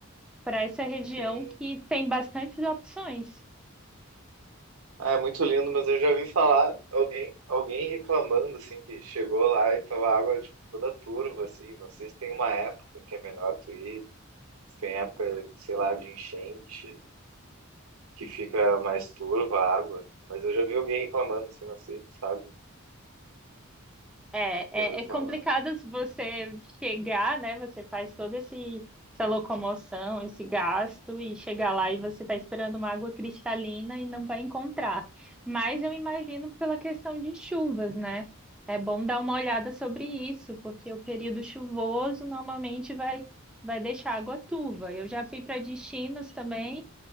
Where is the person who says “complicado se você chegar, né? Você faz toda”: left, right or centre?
Centre